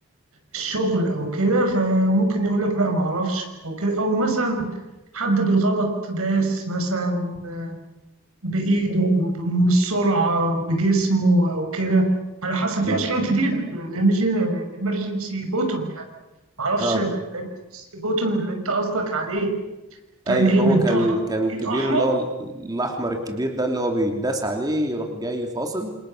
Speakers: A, on the right; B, on the right.
A: الشغل او كده فممكن يقول لك لا ما اعرفش او كده او مثلا حد بالغلط داس مثلا بايده من السرعه بجسمه او كده على حسب في
B: مم.
A: اشكال كتير الامرجنسي بوتون يعني ما اعرفش
B: اه
A: الامرجنسي بوتون اللي انت قصدك عليه كان
B: ايوه
A: ايه
B: هو
A: بيتضغط
B: كان كان
A: ايد
B: كبير
A: احمر
B: اللي هو الاحمر الكبير ده اللي هو بيتداس عليه يروح جاي فاصل